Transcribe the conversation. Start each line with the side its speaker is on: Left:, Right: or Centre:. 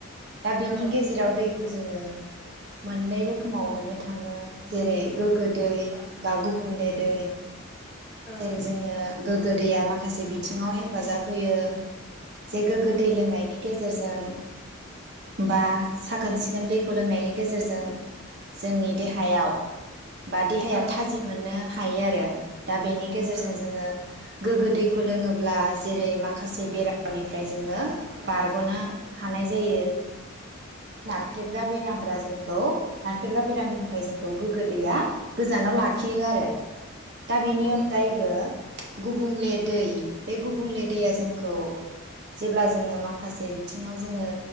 Right: दा बेनि
Centre: औ
Right: गेजेराव दैखौ जोंङो मोननै रोखोमाव मोननो। थांङो जेरै गोग्गो दै
Centre: औ
Right: बा गुबले दै
Centre: औ
Right: जेरै जोङो गोग्गो दैया माखासे बिथिङाव हेफाजाब होयो। जे गोग्गो दै
Centre: औ
Right: लोंनायनि गेजेरजों बा साखोन सिखोन दैखौ लोंनायनि गेजेरजों जोंनि देहायाव बा देहाया
Centre: औ
Right: थाजिम मोनो। हायो आरो। दा बेनि गेजेरजों
Centre: औ
Right: जोङो गोग्गो दैै दैखौ लोङोब्ला जेरै माखासे बेरामनिफ्राय जोङो बारग'नो हानाय जायो। नाख्रेबग्रा बेरामफोरा जोंखौ, नारख्रेबग्रा बेराम होनबाय जोंखौ गोग्गो दैया जानाव लाखियो आरो दा बेनि अनगायैबो
Centre: औ
Right: गुबुंले दै बे गुबुंले दैया जोंखौ जेब्ला जोङो माखासे बिथिङाव जोङो